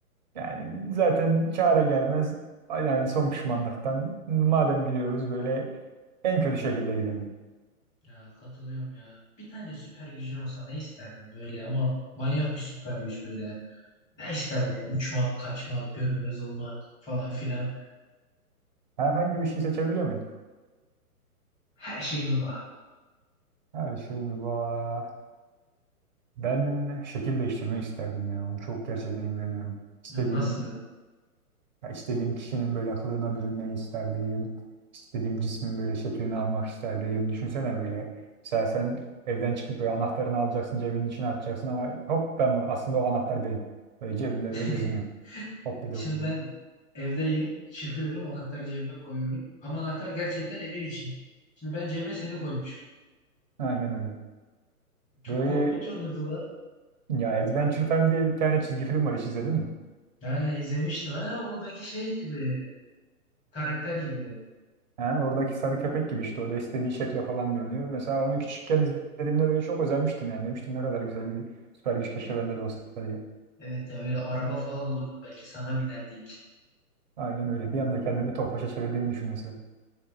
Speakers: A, on the right (about 30°); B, on the left (about 15°).
A: Yani zaten çare gelmez. Yani son pişmanlıktan madem gidiyoruz böyle en kötü şekilde gidelim.
B: Ya katılıyorum ya. Bir tane süper gücün olsa ne isterdin böyle ama manyak bir süper güç böyle. Ne isterdi ya? Uçmak, kaçmak, görünmez olmak falan filan.
A: Herhangi bir şey seçebiliyor muyum?
B: Her şeyime bak.
A: Her şey mi var? Ben şekil değiştirmeyi isterdim ya. Onu çok gerçekten imreniyorum. İstediğim
B: Ya Nasıl?
A: Ya istediğim kişinin böyle kılığına bürünmeyi isterdim. İstediğim cismin böyle şeklini almak isterdim. Düşünsene böyle. Mesela sen evden çıkıp böyle anahtarını alacaksın, cebinin içine atacaksın ama hop ben bunu- aslında o anahtar benim. Böyle cebimde
B: <laughs>
A: böyle geziniyorum. Hop bir
B: Şimdi
A: de hop bir
B: ben
A: de.
B: evdeyim. Çıkıyorum. Anahtarı cebime koyuyorum. Ama anahtar gerçekten evin içinde. Şimdi ben cebime seni koymuşum.
A: Aynen öyle.
B: Çok
A: Böyle
B: korkunç olurdu lan.
A: ya Adventure Time diye bir tane çizgi film var hiç izledin mi?
B: Ha, izlemiştim. Ha, oradaki şey gibi. Karakter gibi.
A: Ha, oradaki sarı köpek gibi işte o da istediği şekle falan bürünüyor. Mesela onu küçükken izlediğimde böyle çok özenmiştim yani. Demiştim ne kadar güzel bir süper güç keşke bende de olsa diye.
B: Evet ya böyle araba falan olurdu. Belki sana binerdik.
A: Aynen öyle. Bir anda kendimi Tofaş'a çevirdiğimi düşünüyorsun.